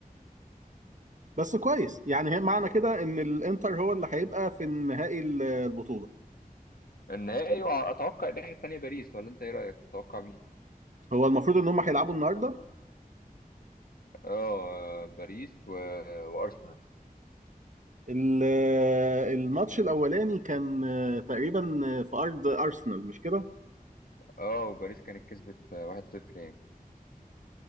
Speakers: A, on the right (about 55°); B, on the left (about 75°).
A: بس كويس يعني هي معنى كده ان الانتر هو اللي هيبقى في النهائي ال- البطوله
B: النهائي واتوقع الناحيه الثانيه باريس ولا انت ايه رايك تتوقع مين
A: هو المفروض ان هم هيلعبوا النهارده
B: اه باريس و... وارسنال
A: ال- الماتش الاولاني كان آه، تقريبا آه، في ارض ارسنال مش كده
B: اه وباريس كانت كسبت آه، 1-0 يعني